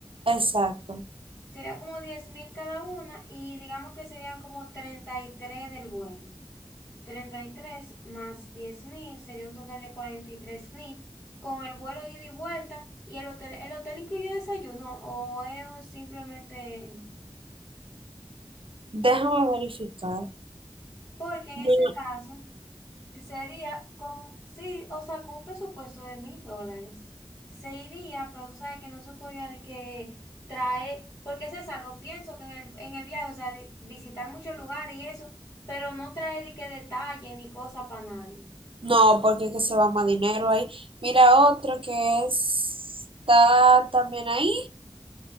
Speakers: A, on the right; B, on the left.
A: Exacto.
B: Sería como diez mil cada una y digamos que serían como 33 del vuelo. treinta y tres más diez mil sería un total de cuarenta y tres mil, con el vuelo ida y vuelta y el hotel. ¿El hotel incluye desayuno o es simplemente...?
A: Déjame verificar.
B: Porque en
A: No,
B: ese caso, que sería con, sí, o sea, con un presupuesto de mil dólares, se iría, pero tú sabes que no se podía de que trae, porque César, lo pienso que en el, en el viaje, o sea, de visitar muchos lugares y eso, pero no trae de que detalle ni cosa para nadie.
A: no, porque es que se va más dinero ahí. Mira otro que es- está también ahí.